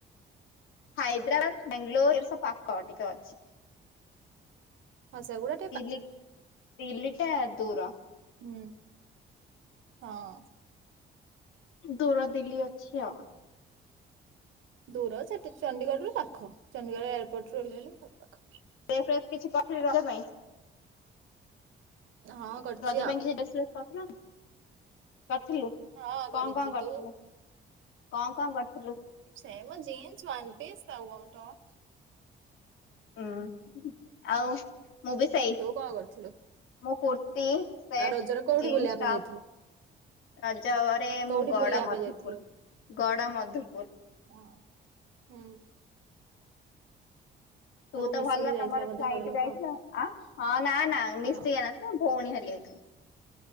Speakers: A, on the left; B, on the right.
A: ହାଇଦ୍ରାବାଦ ବାଙ୍ଗାଲୋର ଏରା ସବୁ ପାଖ ଟିକେ ଅଛି।
B: ହଁ ସେଗୁଡ଼ା
A: ତିଲି ଦିଲିଟା ଦୂର।
B: ହୁଁ ହଁ।
A: ଦୂର ଦିଲ୍ଲୀ ଅଛି ଆଉ।
B: ଦୂର ସେଠି ଚଣ୍ଡିଗଡ଼ରୁୁ ପାଖ ଚଣ୍ଡିଗଡ଼ ଏୟାରପୋର୍ଟୁ ଓହ୍ଲେଇଲେ ପାଖ।
A: ଡ୍ରେସ୍ ଫ୍ରେସ୍ କିଛି ପଠେଇବି ରଜ ପାଇଁ?
B: ହଁ କରିଛି
A: ରଜ
B: ଆଉ
A: ପାଇଁ କିଛି ଡ୍ରେସ୍ ଫ୍ରେସ୍ କରିଥିଲ କରିଥିଲୁ?
B: ହଁ କରିଛି
A: କଁ କଁ କରିଥିଲ
B: ତୁ
A: କଁ କଁ କରିଥିଲୁ?
B: ସେଇମ ଜିନ୍ସ ନ୍ ପିସ୍ <unintelligible>
A: ହୁଁ ଆଉ ମୁଁବି ସେଇ
B: ତୁ କଣ କରିଥିଲୁ
A: ମୁଁ କୁର୍ତିୀ ସେଟ୍
B: ଆଉ ରଜରେ କୋଉଠି
A: ଜିନ୍ସ
B: ବୁଲିବା ପାଇଁ
A: ଟପ୍
B: ଯାଇଥିଲୁ?
A: ରଜରେ
B: କୋଉଠି
A: ମୁଁ ଗଡ଼
B: ବୁଲିବା
A: ମଧୁପୁର
B: ପାଇଁ ଯାଇଥିଲୁ?
A: ଗଡ଼ ମଧୁପୁର
B: ହଁ ହୁଁ।
A: ତୁତ
B: ସବୁ ମିଶିକି
A: ଭଲ
B: ଯାଇଥିଲ
A: ତମର
B: ବୋଧେ
A: ଫ୍ଲାଇଟ୍
B: ଘର ଲୋକ
A: ଯାଇଥିଲୁ ହଁ ନା ନା
B: ହଁ
A: ମିଶି ନା ଭଉଣୀ ହାରିକା ଆଇଁଥିଲେ।